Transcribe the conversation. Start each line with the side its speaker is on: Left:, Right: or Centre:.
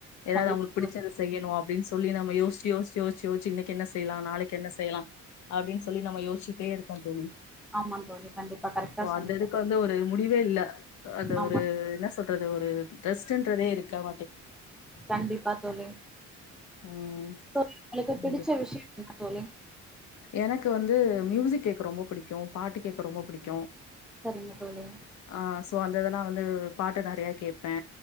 Left: ஏதாவது
Centre: கண்டிப்பா
Left: அவுங்களுக்கு
Centre: தோழி.
Left: புடிச்சத செய்யணு அப்டின்னு சொல்லி நம்ம யோஸ்ச்சி யோஸ்ச்சி யோஸ்ச் ச்யோச்சி இன்னைக்கு என்ன செய்லா நாளைக்கு என்ன செய்லா அப்டின்னு சொல்லி நம்ம யோஸ்ச்சுட்டே இருக்கோ தோழி
Centre: ஆமா தோழி. கண்டிப்பா கரெக்டா
Left: இப்போ
Centre: சொன்னீங்க
Left: அந்த இதுக்கு
Centre: தோழி.
Left: வந்து ஒரு முடிவே இல்ல அந்த
Centre: ஆமா.
Left: ஒர் அ, என்ன சொல்றது ஒரு ரெஸ்ட்டுன்றதே இருக்காம
Centre: கண்டிப்பா தோழி
Left: ம்
Centre: உங்ளுக்கு பிடிச்ச
Left: கண்டிப்பா
Centre: விஷியோ என்ன தோழி.
Left: எனக்கு வந்து மியூசிக் கேக்க ரொம்ப புடிக்கு பாட்டு கேக்க ரொம்ப புடிக்கு
Centre: சரிங்க தோழி
Left: ஆ சோ அந்த இதெல்லா வந்து பாட்டு நெறையா கேப்பே.